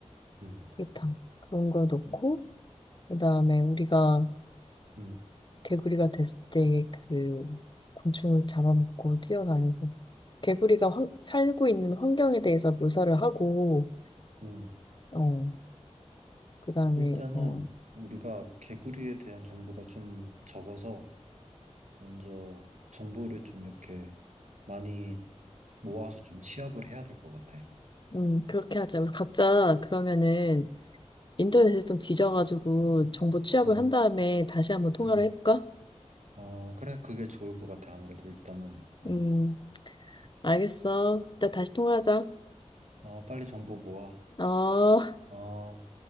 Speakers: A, on the right (about 80°); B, on the left (about 40°).
A: 음,
B: 그렇다. 그런 거 넣고, 그 다음에 우리가
A: 음,
B: 개구리가 됐을 때 그 곤충을 잡아먹고 뛰어다니고, 개구리가 환- 살고 있는 환경에 대해서 묘사를 하고,
A: 음.
B: 어, 그 다음에,
A: 일단은
B: 어,
A: 우리가 개구리에 대한 정보가 좀 적어서 먼저 정보를 좀 이렇게 많이 모아서 좀 취합을 해야 될 것 같아.
B: 음, 그렇게 하자. 우리 각자 그러면은 인터넷에 좀 뒤져가지고 정보 취합을
A: 음,
B: 한 다음에 다시 한번 통화를
A: 음.
B: 해볼까?
A: 어, 그래. 그게 좋을 것 같아. 아무래도 일단은. 음.
B: 음. 알겠어. 이따 다시 통화하자.
A: 어, 빨리 정보 모아.
B: 어.
A: 어.